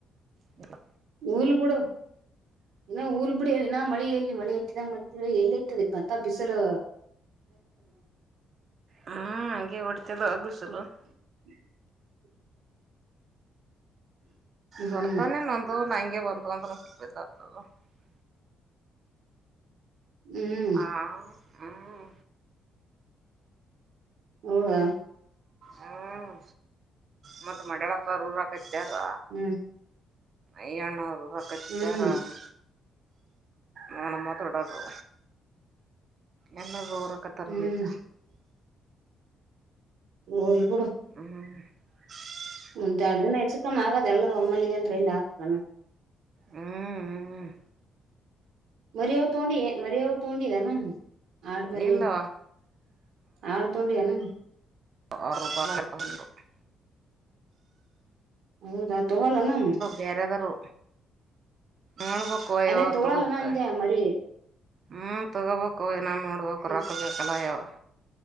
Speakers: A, on the right (about 50°); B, on the right (about 80°).
A: ಹ್ಮ <unintelligible>
B: ಊಲ್ ಗುಡು. ಇನ ಊಲ್ ಬಿಡಿ ಇನ ಮಳೆ ಎಲ್ಲಿ? ಮಳೆ ಇತ್ತಿದ ಮತ್ತ ಎಲ್ಲಿ ಇತದೆ ಮತ್ತಾ ಬಿಸಲು
A: ಹಾ, ಹಾಗೆ ಹೊಡೆತದು ಆ ಬಿಸ್ <unintelligible> ಲ <unintelligible>
B: <inaudible> ಹ್ಮ್
A: ಬರ್ತಾನ ನೊಂದು ನಾಯ <unintelligible> <unintelligible>
B: ಹ್ಮ್
A: ಆ ಹ್ಮ್
B: ಹೋದ?
A: ಹ್ಮ್ ಮತ್ ಮಡಳಪ್ಪ <unintelligible> ಹಾಕೈತಿ ಕೇಂದ್ರ
B: ಹ್ಮ್
A: ಐ ಅಣ್ಣಾವ್ರು <unintelligible>
B: ಹ್ಮ್
A: ನಾನು ಮಾತಾಡೋದು ನಲ್ಲ ರೋ <unintelligible> ವಕತ್ತಾರ
B: ಹ್ಮ್
A: ವೇಜ
B: ಹೌದು <unintelligible>
A: ಹ್ಮ <unintelligible>
B: ಹ ದಾಳ ನಯ <unintelligible> ಮ <unintelligible> ಆಗದೆಲ್ಲರು ಒಮ್ಮಲ್ಲಿಗೆ ಅಂದ್ರೆ ಇಲ್ಲ. ಚಲ್ಲ <unintelligible>
A: ಹ್ಮ್ ಹ್ಮ್
B: ಮರಿ ಅವ್ ತಗೊಂಡಿ ಏನ್ ಮರಿ ಅವ್ ತಗೊಂಡಿಏನ್? ಆಡು ಮರಿ
A: ಇಲ್ಲವ
B: ಅವ್, ಆಡ್ ತೊಂಡನ <unintelligible>
A: ಆರುಪಾನಂದರು <unintelligible>
B: ಹೌದಾ ತಗಲ್ಲಲ್ಲ <unintelligible>
A: ಬೇರೆದವರು ನೋಡ್ಬೇಕು
B: ಅದೇ
A: ಯಾವ
B: ತಗೊಳಲ್ಲನ,
A: ತಗೋಬೇಕ
B: ಅಂಧ್ಯವ್ ಮಳ್ಳಿ
A: ಹ್ಮ್ ತಗೊಬೇಕವ ನಾವ್ ನೋಡ್ಬೇಕ
B: ಹ್ಮ್
A: ರೊಕ್ಬೇಕಲ್ಲ ಯವ್ವ